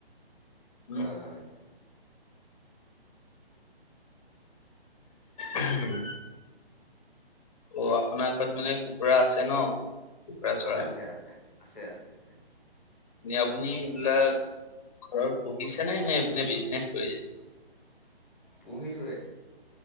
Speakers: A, on the left; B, in the centre.
A: উম
B: হয় হয়।
A: উম। অ' আপোনাৰ ঘৰত মানে কুকুৰা আছে ন? কুকুৰা চৰাই
B: হয় আছে আছে। আছে আছে আছে।
A: আপুনি এইবিলাক ঘৰত পুহিছে নে? নে বিজনেচ কৰিছে?
B: পুহিছোহে।